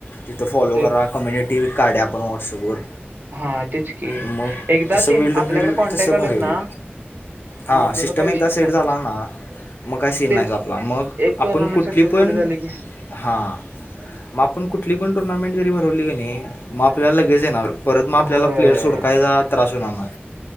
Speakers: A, on the left; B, on the right.
A: तिथं फॉलो
B: ते
A: करा कम्युनिटी कार्ड आहे आपण व्हॉट्सअपवर.
B: हा तेच. की
A: मग
B: एकदा
A: तसं
B: ते
A: बिल्ड होईल
B: आपल्याकडे कॉन्टॅक्ट
A: तसं
B: आलत
A: भर होईल.
B: ना
A: हा
B: मग आपल्याला
A: सिस्टम
B: काही विषयच
A: एकदा सेट
B: नाही
A: झाला ना. मग काय सीन
B: तेच
A: नाहीच आपला मग
B: एक टुर्नामेंट
A: आपण कुठली
B: सक्सेसफुली
A: पण.
B: झाली की
A: हां मग आपण कुठली पण टुर्नामेंट जरी भरवली की नाही मग आपल्याला लगेच येणार. परत मग आपल्याला
B: होय
A: प्लेस हुडकायचा त्रास होईल आणणार.